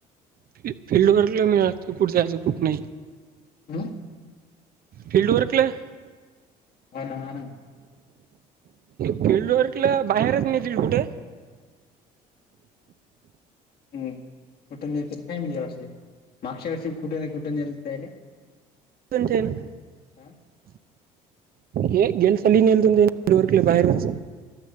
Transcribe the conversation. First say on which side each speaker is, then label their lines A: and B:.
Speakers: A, on the right (about 50°); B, on the left (about 55°).
A: फी फिल्डवरली मिळात ते कुठे जायचं कुठ नाई.
B: हम
A: फिल्ड वर्क लय
B: हो न हो न.
A: फल्डर्कला बाहेरच नेतील कुठे.
B: हम्म कुठ नेत्यात काय माईत या वर्षी मागच्या वर्षी कुठे ना कुठे नेल त्याले.
A: <unintelligible>
B: हम्म
A: ये जेन्स <unintelligible> केले बाहेरच